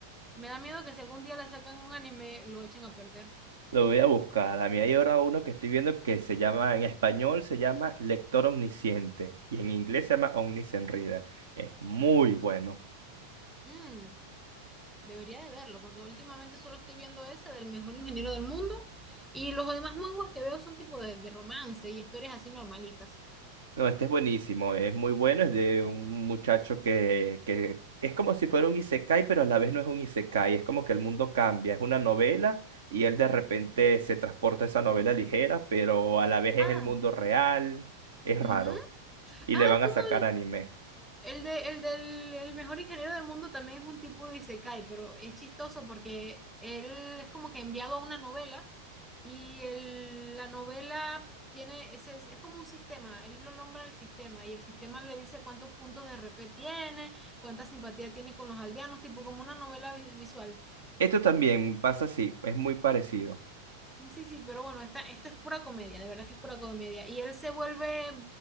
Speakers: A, in the centre; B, on the right.
A: Me da miedo que si algún día le sacan un anime, lo echen a perder.
B: Lo voy a buscar. A mí hay ahora uno que estoy viendo que se llama, en español se llama Lector Omnisciente, y en inglés se llama Omniscient Reader. Es muy bueno.
A: Mm. Debería de verlo, porque últimamente solo estoy viendo ese del mejor ingeniero del mundo y los demás manguas que veo son tipo de, de romance y historias así normalitas.
B: No, este es buenísimo, es muy bueno, es de un muchacho que, que es como si fuera un isekai, pero a la vez no es un isekai, es como que el mundo cambia, es una novela y él de repente se transporta a esa novela ligera, pero a la vez es
A: Ah,
B: el mundo real, es raro,
A: Ujú.
B: y
A: Ah,
B: le van
A: es
B: a
A: como
B: sacar anime.
A: El, de, el del el mejor ingeniero del mundo también es un tipo de isekai, pero es chistoso porque él es como que enviado a una novela y el- la novela tiene, ese, es como un sistema, él lo nombra el sistema y el sistema le dice cuántos puntos de RP tiene, cuánta simpatía tiene con los aldeanos, tipo como una novela vi- visual.
B: Esto también pasa así, es muy parecido.
A: Sí, sí, pero bueno, esta, esta es pura comedia, de verdad que es pura comedia. Y él se vuelve